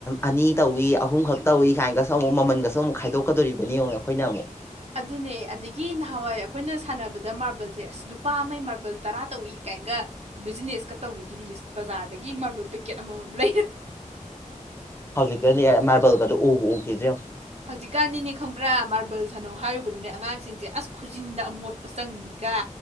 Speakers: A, on the left (about 20°); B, on the right (about 55°).
A: ꯑꯅꯤ ꯇꯧꯏꯤ ꯑꯍꯨꯝ ꯈꯛ ꯇꯧꯏꯤ ꯀꯥꯏꯅꯒ ꯑꯃꯨꯛ ꯃꯃꯟꯒꯁꯨ ꯑꯃꯨꯛ ꯈꯥꯏꯗꯣꯛꯀꯗꯣꯔꯤꯕꯅꯤ ꯑꯃꯉ ꯑꯩꯈꯣꯏꯅ ꯑꯃꯨꯛ
B: ꯑꯗꯨꯅꯦ ꯑꯗꯒꯤ ꯅꯍꯥꯟꯋꯥꯏ ꯑꯩꯈꯣꯏꯅ ꯁꯥꯟꯅꯕꯗ ꯃꯥꯔꯕꯜꯁꯦ ꯑꯁ ꯂꯨꯄꯥ ꯑꯃꯒꯤ ꯃꯥꯔꯕꯜ ꯇꯔꯥ ꯇꯧꯏ ꯀꯥꯏꯅꯒ ꯕꯤꯖꯤꯅꯦꯁꯀ ꯇꯧꯋꯤꯗꯨꯗꯤ ꯕꯖꯥꯔꯗꯒꯤ ꯃꯥꯔꯕꯜ ꯄꯦꯀꯦꯠ ꯑꯃꯃꯝ ꯂꯩ
A: ꯍꯧꯖꯤꯛꯀꯗꯤ ꯃꯥꯔꯕꯜꯒꯗꯣ ꯎꯕ ꯎꯈꯤꯗ꯭ꯔꯦ
B: ꯍꯧꯖꯤꯛꯀꯥꯟꯗꯤꯅꯦ ꯈꯪꯕ꯭ꯔꯥ ꯃꯥꯔꯕꯜ ꯁꯅꯧ ꯍꯥꯏꯔꯨꯕꯗꯨꯅꯦ ꯑꯉꯥꯡꯁꯤꯡꯁꯦ ꯑꯁ ꯈꯨꯖꯤꯟꯗ ꯑꯃꯣꯠꯄ ꯆꯪꯉꯤꯒ